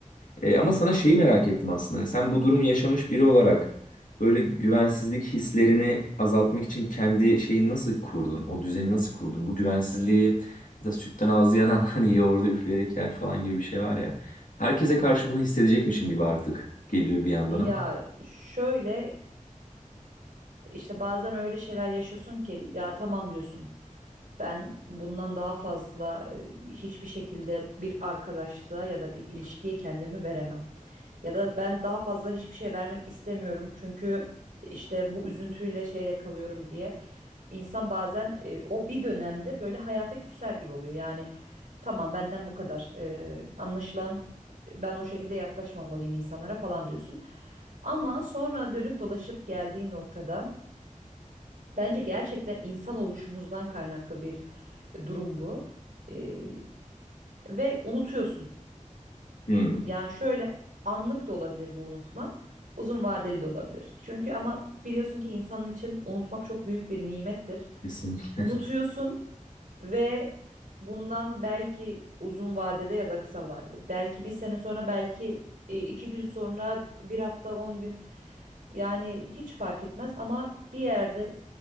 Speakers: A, on the left; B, on the right.
A: E, ama sana şeyi merak ettim aslında. Sen bu durumu yaşamış biri olarak böyle güvensizlik hislerini azaltmak için kendi şeyini nasıl kurdun? O düzeni nasıl kurdun? Bu güvensizliği mesela sütten ağzı yanan <laughs> hani yoğurdu üfleyerek yer falan gibi bir şey var ya. Herkese karşı bunu hissedecekmişim gibi artık geliyor bir yandan
B: Ya
A: ama.
B: şöyle İşte bazen öyle şeyler yaşıyorsun ki ya tamam diyorsun. Ben bundan daha fazla e, hiçbir şekilde bir arkadaşlığa ya da bir ilişkiye kendimi veremem. Ya da ben daha fazla hiçbir şey vermek istemiyorum çünkü işte bu üzüntüyle şeyle kalıyorum diye. İnsan bazen e, o bir dönemde böyle hayata küser gibi oluyor. Yani tamam benden bu kadar. E, anlaşılan ben o şekilde yaklaşmamalıyım insanlara falan diyorsun. Ama sonra dönüp dolaşıp geldiğin noktada Bence gerçekten insan oluşumuzdan kaynaklı bir e, durum bu. Ee, ve unutuyorsun.
A: Hmm,
B: Yani şöyle anlık da olabilir bu unutma. Uzun vadeli de olabilir. Çünkü ama biliyorsun ki insanın için unutmak çok büyük bir nimettir.
A: kesinlikle.
B: Unutuyorsun ve bundan belki uzun vadede ya da kısa vadede. Belki bir sene sonra, belki e, iki gün sonra, bir hafta, on gün. Yani hiç fark etmez ama bir yerde